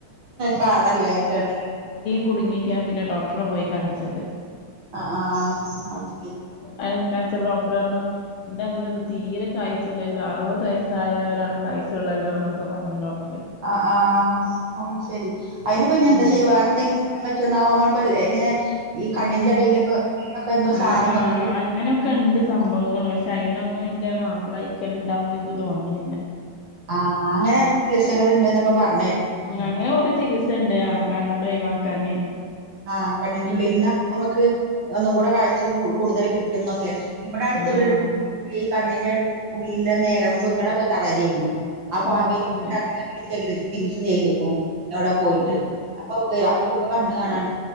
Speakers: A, on the right; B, on the left.
A: കാണാല്ലയിറ്റാണ്
B: കുടുങ്ങിട്ടെ ഞാൻ പിന്നെ ഡോക്ടറെ പോയി കാണിച്ചത്
A: ആഹ് ആഹ അത് ശരി
B: അഹ് കാണിച്ചപ്പോ ഡോക്ടറഞ്ഞു ഇതെന്തത് തീരെ കാഴ്ചല്ലല്ലോ അറുപത് വയസ്സായ ഒരാളെ കാഴ്ച്ചുള്ളല്ലോ ന്നൊക്കെ പർഞ്ഞു ഡോക്ടർ
A: ആഹ് ആഹ് അഹ് ശെരി അയിനിപ്പ ഇനി എന്താ
B: ഉം
A: ചെയ്യ വേറെ ന്തെങ്കിലും പറ്റോന്നാവോ അമ്മൾ ഇപ്പ ഇങ്ങനെ ഈ കണ്ണിന്റെ
B: ഉം
A: അടിലൊക്കെ ക്കെ എന്തോ സാനം
B: ആഹ് ആഹ്
A: വെക്കും
B: അങ്ങനൊക്കെണ്ട് സംഭവങ്ങൾ പക്ഷെ അയിനോന്നും ഇന്റെ മാപ്പിളായിക്കൽ ഇണ്ടാവുംന്ന് ഇൻക്ക് തോന്നുന്നില്ല
A: ആഹ് അങ്ങനെള്ള ചികിസകൾ ഇണ്ട്ന്നൊക്കെ പറ്ഞ്ഞ്
B: അങ്ങനെ കൊറേ ചികിത്സണ്ട് ആഹ് കണ്ണട ഒഴിവാക്കാന്
A: ആഹ് കണ്ണിന്റുള്ളിൽ
B: ഉം
A: ഇന്നാ അമ്മക്ക് ഒന്നും കൂടെ കാഴ്ച കൂടുതൽ കിട്ടുംന്നൊക്കെ ഇവ്ടെ അടുത്ത്ള്ളരു
B: ആഹ്
A: ഈ കണ്ണിന്റെ അടുത്ത് കൂടി ഉള്ള നരമ്പുകളൊക്കെ തളരെയിരുന്നു അപ്പൊ അവര്
B: അത് ശരി
A: <unintelligible> ചെയ്തുക്കുണു എവിടെ പോയിട്ട്
B: ഉം
A: അപ്പൊ അവർക്ക്പ്പ കണ്ണ്
B: അത്
A: കാണാ
B: ശരി